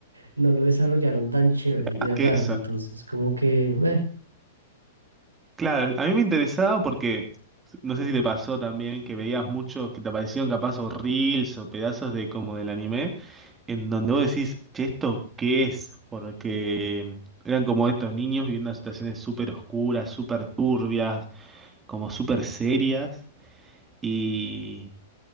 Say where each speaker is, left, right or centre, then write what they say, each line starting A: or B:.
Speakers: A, on the right; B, on the right.
A: no lo desarrollaron tan chévere y
B: Ah,
A: es
B: que
A: raro.
B: eso.
A: Entonces, como que, meh.
B: Claro, a mí me interesaba porque no sé si te pasó también que veías muchos que te aparecieron capaz o reels o pedazos de como del anime. en donde vos decís, che, ¿esto qué es? Porque eran como estos niños viviendo en situaciones súper oscuras, súper turbias, como súper serias. Y,